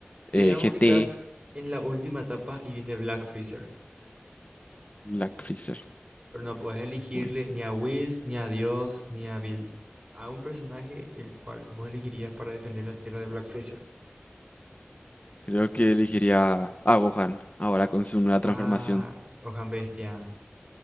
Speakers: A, on the right (about 25°); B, on the left (about 35°).
A: Y
B: eh,
A: digamos
B: GT,
A: que estás en la última etapa y viene Black Freezer.
B: Black Freezer.
A: pero no puedes elegirle
B: Uy,
A: ni a Whis, ni a Dios, ni a Bills. A un personaje el cual vos elegirías para defender la tierra de Black Freezer.
B: creo que elegiría a Gohan ahora con su nueva transformación.
A: Ah, Ojan Bestia.